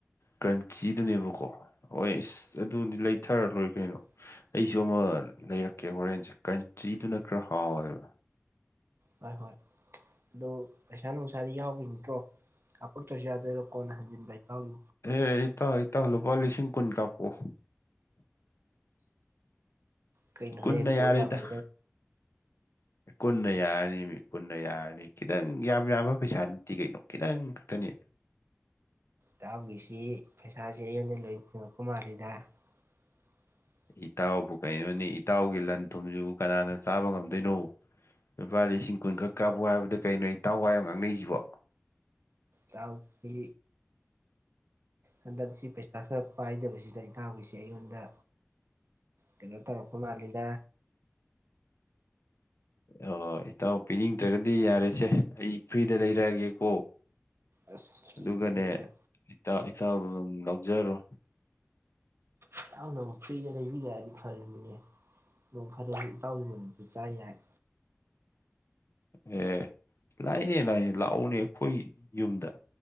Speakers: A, on the left; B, on the right.
A: ꯀ꯭ꯔꯟꯆꯤꯗꯨꯅꯦꯕꯀꯣ ꯍꯣꯏ ꯏꯁ ꯑꯗꯨꯗꯤ ꯂꯩꯊꯔ ꯂꯣꯏꯔ
B: <inaudible>
A: ꯑꯩꯁꯨ ꯑꯃ ꯂꯩꯔꯛꯀꯦ ꯍꯣꯔꯦꯟꯁꯦ ꯀ꯭ꯔꯟꯆꯤꯗꯨꯅ ꯈꯔ ꯍꯥꯎꯋꯦꯕ
B: ꯍꯣꯏ ꯍꯣꯏ ꯑꯗꯨ ꯄꯩꯁꯥ ꯅꯨꯡꯁꯥꯗꯤ ꯌꯥꯎꯈꯤ ꯅꯠꯇ꯭ꯔꯣ ꯀꯥꯄꯛꯇ꯭ꯔꯁꯨ ꯌꯥꯗꯣꯏꯔꯣ ꯀꯣꯟ ꯍꯟꯖꯤꯟꯕꯥ ꯏꯇꯥꯎꯒꯤ
A: ꯑꯦ ꯏꯇꯥꯎ ꯏꯇꯥꯎ ꯂꯨꯄꯥ ꯂꯤꯁꯤꯡ ꯀꯨꯟ ꯀꯥꯄꯑꯣ
B: ꯀꯩꯅꯣ
A: ꯀꯨꯟꯅ
B: ꯍꯦꯛ ꯄꯣꯠ
A: ꯌꯥꯔꯦꯗ
B: ꯌꯥꯝꯃꯦ
A: ꯀꯨꯟꯅ ꯌꯥꯔꯅꯤ ꯃꯤ ꯀꯨꯟꯅ ꯌꯥꯔꯅꯤ ꯈꯤꯇꯪ ꯌꯥꯝ ꯌꯥꯝꯕ ꯄꯩꯁꯥ ꯅꯠꯇꯦ ꯀꯩꯅꯣ ꯈꯤꯇꯪ ꯈꯛꯇꯅꯤ
B: ꯇꯥꯎꯈꯤꯁꯤ ꯄꯩꯁꯥꯁꯦ ꯑꯩꯉꯣꯟꯗꯩ ꯂꯣꯏ ꯊꯦꯡꯉꯛꯄ ꯃꯥꯜꯂꯤꯗ <inaudible>
A: ꯏꯇꯥꯎꯕꯨ ꯀꯩꯅꯣꯅꯤ ꯏꯇꯥꯎꯒꯤ ꯂꯟ ꯊꯨꯝꯁꯤꯕꯨ ꯀꯅꯥꯅ ꯆꯥꯕ ꯉꯝꯗꯣꯏꯅꯣ ꯂꯨꯄꯥ ꯂꯤꯁꯤꯡ ꯀꯨꯟꯈꯛ ꯀꯥꯞꯄꯨ ꯍꯥꯏꯕꯗ ꯀꯩꯅꯣꯇꯥꯎꯋꯥꯏ ꯌꯥꯝ ꯉꯥꯡꯅꯩꯁꯤꯕꯣ
B: ꯇꯥꯎꯀꯤ ꯍꯟꯗꯛꯁꯤ ꯄꯩꯁꯥ ꯈꯔ ꯄꯥꯏꯗꯕꯁꯤꯗ ꯏꯅꯥꯎꯒꯤꯁꯤ ꯑꯩꯉꯣꯟꯗ ꯀꯩꯅꯣ ꯇꯧꯔꯛꯄ ꯃꯜꯂꯤꯗ
A: ꯑꯣ ꯏꯇꯥꯎ ꯄꯤꯅꯤꯡꯗ꯭ꯔꯒꯗꯤ ꯌꯥꯔꯦꯁꯦ ꯑꯩ ꯐ꯭ꯔꯤꯗ ꯂꯩꯔꯛꯑꯒꯦꯀꯣ
B: ꯑꯁ ꯐ꯭ꯔꯤꯗ
A: ꯑꯗꯨꯒꯅꯦ
B: ꯂꯩꯔ
A: ꯏꯇꯥꯎꯗ ꯑꯗꯨꯝ ꯂꯧꯖꯔꯣ
B: ꯏꯇꯥꯎꯅꯕꯨ ꯐꯔꯤꯗ ꯂꯩꯕꯤꯔꯗꯤ ꯐꯔꯤꯅꯤꯅꯦ ꯅꯣꯛ ꯐꯥꯗꯣꯛꯁꯨ ꯏꯇꯥꯎꯒꯤ ꯃꯔꯟ ꯆꯥ ꯌꯥꯏ
A: ꯌꯦ ꯂꯥꯏꯅꯦ ꯂꯥꯏꯅꯦ ꯂꯥꯛꯎꯅꯦ ꯑꯩꯈꯣꯏ ꯌꯨꯝꯗ